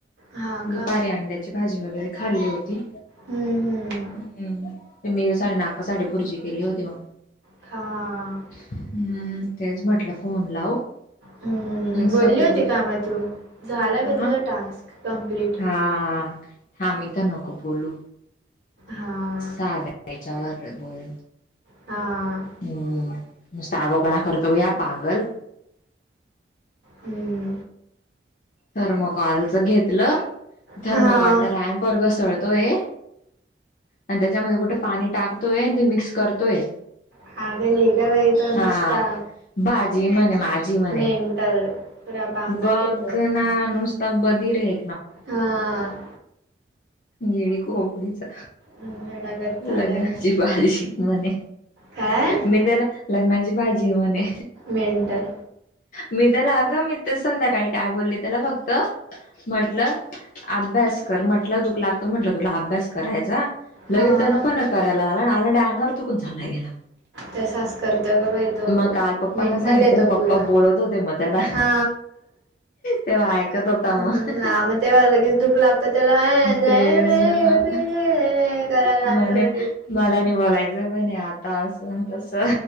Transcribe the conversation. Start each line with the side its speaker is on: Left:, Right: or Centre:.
Right: हा
Left: दुपारी
Right: का?
Left: अंड्याची ची भाजी वगैरे खाल्ली होती
Right: हम्म हम्म.
Left: हम्म. <unintelligible> साठी बुर्जी केली होती, मग.
Right: हा.
Left: हम्म, तेच म्हटलं फोन लावू.
Right: हम्म
Left: <inaudible> मसा
Right: बोलली
Left: कद्दू
Right: होती का मग तू? झाला का
Left: अम
Right: तुझा टास्क कंप्लीट?
Left: हा. हा, मी तर नको बोलू.
Right: हा.
Left: साध त्याच्यावर बोल.
Right: हा.
Left: हम्म, नुसता आगाऊपणा करतो, बाई हा पागल.
Right: हम्म,
Left: थर्मोकॉलच घेतलं, थर्मोकॉल
Right: हा.
Left: तर रॅम्प वर घसळतोय. आणि त्याच्यामध्ये कुठे पाणी टाकतोय, ते मिक्स करतोय.
Right: <unintelligible> तो
Left: हा
Right: नुसता.
Left: भाजी म्हणे माझी. म्हणे
Right: मेंटल. पुरा बांगट
Left: बघ
Right: आहे तो.
Left: ना, नुसता बधीरयं.
Right: हा.
Left: येडी खोपडीचा.
Right: गटागटाड्या
Left: लग्नाची भाजी शिक म्हणे
Right: काय?
Left: मी त्याला लग्नाची भाजीयं म्हणे
Right: मेंटल
Left: मी त्याला अंग मी तर, संध्याकाळी काय बोलली त्याला फक्त म्हटलं अभ्यास कर म्हटल दुख लागत म्हटल तुला अभ्यास करायचा, लगे
Right: हा.
Left: तणफन करायला आला न आला चुकून चालला गेला.
Right: तसाच करतो ग बाई तो.
Left: मग काल पप्पांना
Right: मेंटल
Left: सांगितलं,
Right: आहे तो
Left: पप्पा
Right: पुरा.
Left: बोलत होते मग त्याला
Right: हा.
Left: तेव्हा ऐकत होता
Right: हम्म.
Left: मग
Right: हा तेव्हा लगेच दुख लागत त्याला ये
Left: तेच ना
Right: <unintelligible> जा करायला लागतो
Left: म्हणे
Right: लगेच.
Left: मला नाही बोलायचंय, म्हणे आता असं तस